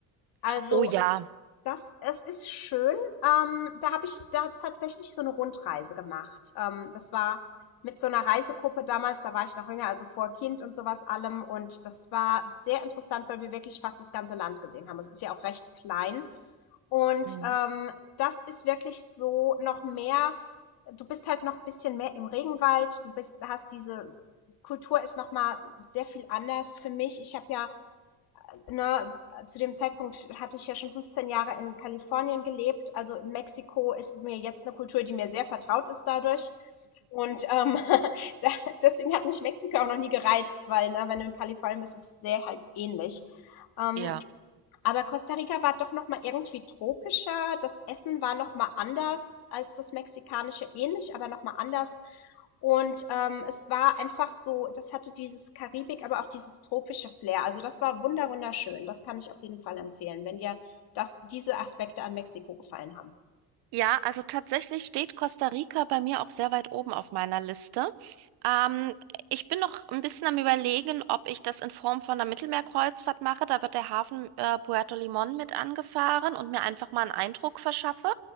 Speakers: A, on the left; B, on the right.
A: Also
B: Oh ja.
A: das es ist schön. Ähm, da habe ich da tatsächlich so eine Rundreise gemacht. Ähm, das war mit so einer Reisegruppe damals, da war ich noch jünger, also vor Kind und sowas allem. Und das war sehr interessant, weil wir wirklich fast das ganze Land gesehen haben. Es ist ja auch recht klein. Und,
B: Mhm.
A: ähm, das ist wirklich so noch mehr du bist halt noch ein bisschen mehr im Regenwald. Du bist hast diese s Kultur ist noch mal sehr viel anders für mich. Ich habe ja na, zu dem Zeitpunkt hatte ich ja schon 15 Jahre in Kalifornien gelebt. Also Mexiko ist mir jetzt eine Kultur, die mir sehr vertraut ist dadurch. Und ähm, <laughs> da, deswegen hat mich Mexiko auch noch nie gereizt, weil, ne, wenn du in Kalifornien bist, ist es sehr halt ähnlich. Ähm,
B: Ja.
A: aber Costa Rica war doch noch mal irgendwie tropischer. Das Essen war noch mal anders als das mexikanische, ähnlich, aber noch mal anders. Und ähm, es war einfach so, das hatte dieses Karibik, aber auch dieses tropische Flair. Also das war wunder wunderschön. Das kann ich auf jeden Fall empfehlen, wenn dir das, diese Aspekte an Mexiko gefallen haben.
B: Ja, also tatsächlich steht Costa Rica bei mir auch sehr weit oben auf meiner Liste. Ähm, ich bin noch ein bisschen am Überlegen, ob ich das in Form von einer Mittelmeerkreuzfahrt mache. Da wird der Hafen äh, Puerto Limón mit angefahren und mir einfach mal einen Eindruck verschaffe.